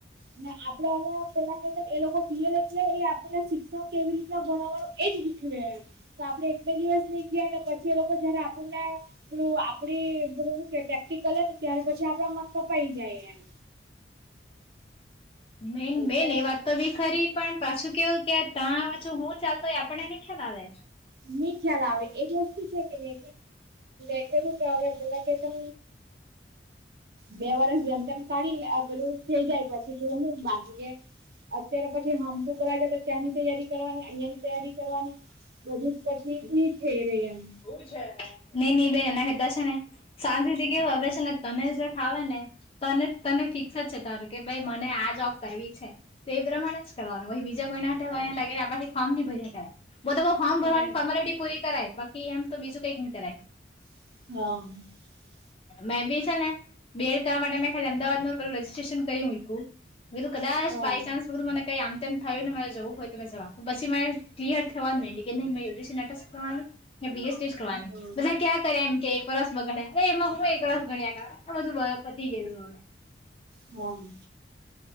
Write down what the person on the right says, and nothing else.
અને આપડે આવ્યા પેલા એ લોકો પ્રિય એટલે એ આપને શિક્ષણ કેવી રીતના ભણવાનું એજ કળે આપડે એક બે દિવસ નીક્યાને પછી એ લોકો જયારે આપણને આપડી પ્રેક્ટિકલ ને ત્યારે પછી આપડા મા પઈ જાય એમ.
એટલે
ની ખ્યાલ આવે. એજ વસ્તુ છે. કે નને એટલે તો કે પેલા કે <unintelligible> બે વરસ જેમ તેમમ કાઢી પેલું થઈ જાય પછી જો હું માગી કે. અત્યારે પછી હામટુ કર તો ત્યાંની તૈયારી કરવાની અહંની તૈયારી કરવાની. બધું પછી ની થઈ રહી. એમ
હા
એમ
હ
હા
હા હા
હમ.